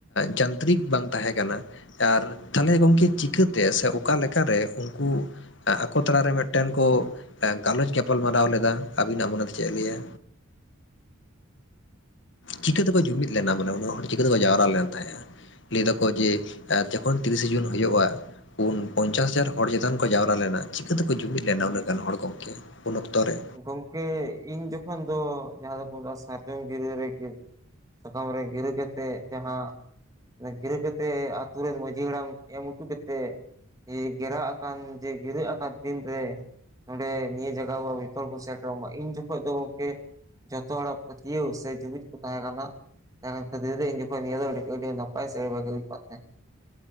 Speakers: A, on the left; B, on the right.
A: ᱡᱟᱱᱛᱨᱤᱠ ᱵᱟᱝ ᱛᱟᱦᱮᱸ ᱠᱟᱱᱟ᱾ ᱟᱨ ᱛᱟᱦᱚᱞᱮ ᱜᱚᱢᱠᱮ ᱪᱤᱠᱟᱹᱛᱮ ᱥᱮ ᱚᱠᱟ ᱞᱮᱠᱟᱨᱮ ᱩᱱᱠᱩ ᱟᱠᱚ ᱛᱟᱞᱟᱨᱮ ᱢᱤᱫᱴᱮᱱ ᱠᱚ ᱜᱟᱞᱚᱪ ᱜᱟᱯᱟᱞ ᱢᱟᱨᱟᱣ ᱞᱮᱫᱟ, ᱟᱵᱤᱱᱟᱜ ᱢᱚᱱᱮ ᱛᱮ ᱪᱮᱫ ᱮ ᱞᱟᱹᱭᱟ? ᱪᱤᱠᱟᱹ ᱛᱮᱠᱚ ᱡᱩᱢᱤᱫ ᱞᱮᱱᱟ ᱢᱟᱱᱮ ᱩᱱᱟᱹᱜ ᱦᱚᱲ ᱪᱤᱠᱟᱹ ᱛᱮᱠᱚ ᱡᱟᱣᱨᱟ ᱞᱮᱱ ᱛᱟᱦᱮᱸᱜᱼᱟ᱾ ᱞᱟᱹᱭ ᱫᱟᱠᱚ ᱡᱮ ᱡᱚᱠᱷᱚᱱ ᱛᱤᱨᱤᱥᱮ ᱡᱩᱱ ᱦᱩᱭᱩᱜᱼᱟ᱾ ᱯᱩᱱ ᱯᱚᱧᱪᱟᱥ ᱦᱟᱡᱟᱨ ᱦᱚᱲ ᱪᱮᱛᱟᱱ ᱠᱚ ᱡᱟᱣᱨᱟ ᱞᱮᱱᱟ, ᱪᱤᱠᱟᱹ ᱛᱮᱠᱚ ᱡᱩᱢᱤᱫ ᱞᱮᱱᱟ ᱩᱱᱟᱹᱜ ᱜᱟᱱ ᱦᱚᱲ ᱜᱚᱝᱠᱮ? ᱩᱱ ᱚᱠᱛᱚ ᱨᱮ
B: ᱜᱚᱢᱠᱮ ᱤᱧ ᱡᱚᱠᱷᱚᱱ ᱫᱚ ᱡᱟᱦᱟᱸ ᱫᱚᱠᱚ ᱢᱮᱛᱟᱜᱼᱟ ᱥᱟᱨᱡᱚᱢ ᱜᱤᱨᱟᱹ ᱨᱮ ᱥᱟᱠᱟᱢ ᱨᱮ ᱜᱤᱨᱟᱹ ᱠᱟᱛᱮᱫ ᱡᱟᱦᱟᱸ ᱜᱤᱨᱟᱹ ᱠᱟᱛᱮᱜ ᱟᱛᱳ ᱨᱮᱱ ᱢᱟᱺᱡᱷᱤ ᱦᱟᱲᱟᱢ ᱮᱢ ᱦᱚᱪᱚ ᱠᱟᱛᱮ ᱜᱮᱨᱟ ᱟᱠᱟᱱ ᱡᱮ ᱜᱤᱨᱟᱹᱜ ᱟᱠᱟᱱ ᱫᱤᱱ ᱨᱮ ᱱᱚᱸᱰᱮ ᱱᱤᱭᱟᱹ ᱡᱟᱭᱜᱟ ᱵᱤᱯᱚᱞ ᱠᱚ ᱤᱱ ᱡᱚᱠᱷᱚᱱ ᱫᱚ ᱜᱚᱢᱠᱮ ᱡᱷᱚᱛᱚ ᱦᱚᱲᱟᱜ ᱯᱟᱹᱛᱭᱟᱹᱣ ᱥᱮ ᱡᱩᱢᱤᱫ ᱠᱚ ᱛᱟᱦᱮᱸ ᱠᱟᱱᱟ ᱾ <unintelligible> ᱜᱮ ᱦᱩᱭᱩᱜ ᱠᱟᱱ ᱛᱟᱸᱦᱮ